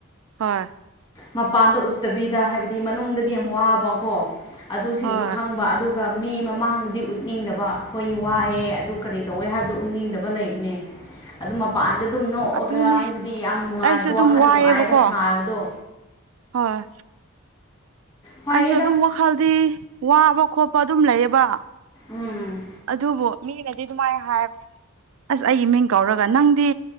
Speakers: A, on the right (about 70°); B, on the left (about 20°).
A: ꯍꯣꯏ
B: ꯃꯄꯥꯟꯗ ꯎꯠꯇꯕꯤꯗ ꯍꯥꯏꯕꯗꯤ ꯃꯅꯨꯡꯗꯗꯤ ꯌꯥꯝ ꯋꯥꯕꯀꯣ ꯑꯗꯨꯁꯤꯡꯗꯣ
A: ꯍꯣꯏ
B: ꯈꯪꯕ ꯑꯗꯨ ꯑꯗꯨꯒ ꯃꯤ ꯃꯃꯥꯡꯗꯗꯤ ꯎꯠꯅꯤꯡꯗꯕ ꯑꯩꯈꯣꯏ ꯋꯥꯏꯑꯦ ꯑꯗꯨ ꯀꯔꯤ ꯇꯧꯋꯦ ꯍꯥꯏꯕꯗꯨꯣ ꯎꯠꯅꯤꯡꯗꯕ ꯂꯩꯕꯅꯦ ꯑꯗꯨ ꯃꯄꯥꯟꯗ ꯑꯗꯨꯝ ꯅꯣꯛꯑꯒ
A: ꯑꯗꯨꯅꯦ
B: ꯍꯥꯏꯕꯗꯤ ꯌꯥꯝ ꯅꯨꯡꯉꯥꯏꯕ
A: ꯑꯩꯁꯨ ꯑꯗꯨꯝ
B: ꯋꯥꯈꯜ
A: ꯋꯥꯏꯑꯦꯕꯀꯣ
B: ꯅꯨꯡꯉꯥꯏꯕ ꯁꯥꯕꯗꯣ
A: ꯍꯣꯏ
B: ꯐꯩꯌꯦꯗ
A: ꯑꯩꯁꯨ ꯑꯗꯨꯝ ꯋꯥꯈꯜꯗꯤ ꯋꯥꯕ ꯈꯣꯠꯄ ꯑꯗꯨꯝ ꯂꯩꯌꯦꯕ
B: ꯎꯝ
A: ꯑꯗꯨꯕꯨ ꯃꯤꯅꯗꯤ ꯑꯗꯨꯃꯥꯏ ꯍꯥꯏꯕꯅꯦ ꯑꯁ ꯑꯩꯒꯤ ꯃꯤꯡ ꯀꯧꯔꯒ ꯅꯪꯗꯤ